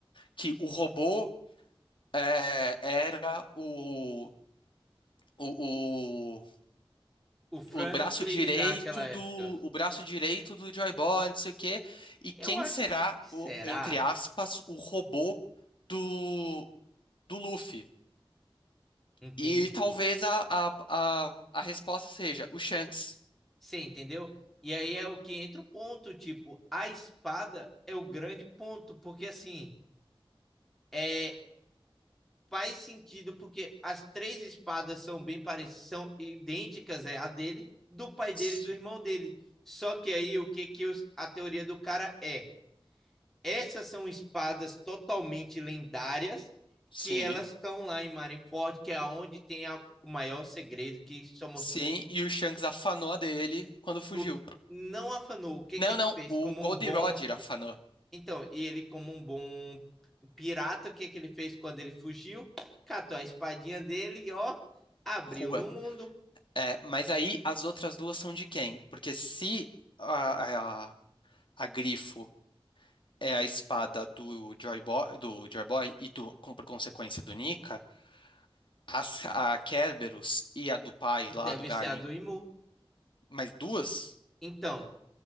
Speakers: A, on the left; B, in the centre.
A: que o robô é, era o, o, o,
B: O Franklin
A: o braço direito
B: daquela época.
A: do o braço direito do Joy Boy, não sei o quê. E quem
B: Eu acho
A: será
B: que será,
A: o, entre aspas, o robô do, do Luffy?
B: entende?
A: E talvez a, a, a, a resposta seja o Shanks.
B: Você entendeu? E aí é o que entra o ponto, tipo, a espada é o grande ponto, porque assim, é faz sentido porque as três espadas são bem parecidas, são idênticas é a dele, do pai dele
A: S-
B: e do irmão dele. Só que aí o que que os, a teoria do cara é? Essas são espadas totalmente lendárias
A: Sim,
B: que elas estão lá em Marineford, que é onde tem a, o maior segredo que só mostrou
A: sim, e o Shanks afanou a dele quando fugiu.
B: o não afanou o que
A: Não,
B: que ele
A: não,
B: fez
A: o
B: como
A: Gold
B: um bom
A: Roger afanou.
B: Então, e ele, como um bom pirata, o que que ele fez quando ele fugiu? Catou a espadinha dele e, ó, abriu
A: Rua.
B: no mundo.
A: É, mas aí as outras duas são de quem? Porque se a, a, a Grifo é a espada do Joy Boy, do Joy Boy e do, com- por consequência do Nika, as- a Kerberos e a do pai
B: Deve
A: lá do Garlin,
B: ser a do Imu.
A: mais duas,
B: Então,